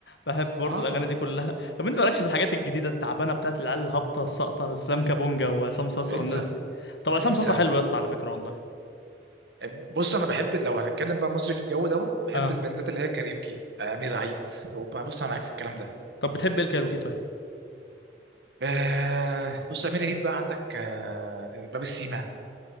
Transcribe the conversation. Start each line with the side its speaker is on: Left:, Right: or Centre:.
Left: بحب برضه
Right: اه
Left: الاغاني دي كلها طب انت مالكش في الحاجات الجديده التعبانه بتاعت العيال الهابطه الساقطه اسلام كابونجا وعصام صاصا
Right: انسى
Left: والناس دي طب عصام
Right: انسى
Left: صاصا حلو يا اسطى على فكره والله
Right: بص انا بحب لو هنتكلم بقى مصري في الجو دوت بحب
Left: اه
Right: البندات اللي هي كاريوكي آه، امير عيد يبقى بص انا معاك في الكلام ده
Left: طب بتحب ايه الكايروكي طيب
Right: آه بص امير عيد بقى عندك آه باب السيما